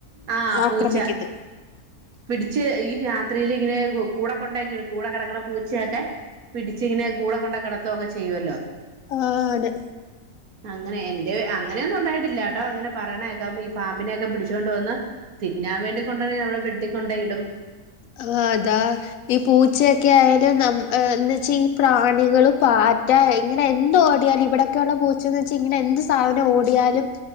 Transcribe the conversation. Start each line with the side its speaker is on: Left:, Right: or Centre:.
Right: ആഹ
Left: ആക്രമിക്കുന്നത്
Right: പൂച്ച പിടിച്ച്. ഈ രാത്രിൽ ഇങ്ങനെ കൂടെ കൊണ്ടാക്കി കൂടെ കിടക്കണ പൂച്ചയൊക്കെ. പിടിച്ചിങ്ങനെ കൂടെ കൊണ്ട കിടത്തുവൊക്കെ ചെയ്യുവല്ലോ.
Left: ആ അതെ
Right: അങ്ങനെ എന്റെ അങ്ങനെയൊന്നും ഉണ്ടായിട്ടില്ലാ കേട്ടോ അങ്ങനെ പറണേക്കാ ഈ പാമ്പിനെയൊക്കെ പിടിച്ചൊണ്ടണ്ട് വന്ന തിന്നാൻ വേണ്ടി കൊണ്ട നമ്മുടെ ബെഡ കൊണ്ടോ ഇയിടും
Left: ആഹ അതാ ഈ പൂച്ചയൊക്കെ ആയ വെച്ചാ ഈ പ്രാണികൾ പാറ്റ ഇങ്ങനെ എന്താ ഓടിയാലും ഇവിടെൊക്കെള്ള പൂച്ച ഇങ്ങനെ എന്ത് സാധനം ഓടിയാലും